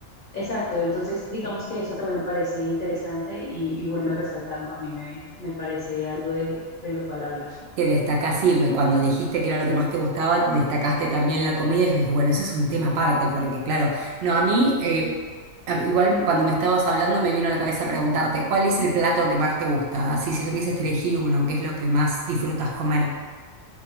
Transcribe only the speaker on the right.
que destacás, sí, me- cuando dijiste que era lo
que más te gustaba, destacaste también la comida y yo dije, bueno, eso es un tema aparte, porque claro, no, a mí, eh, a- igual cuando me estabas hablando me vino a la cabeza preguntarte, ¿cuál es el plato que más te gusta? Así, si tuvieses que elegir uno, ¿qué es lo que más disfrutas comer?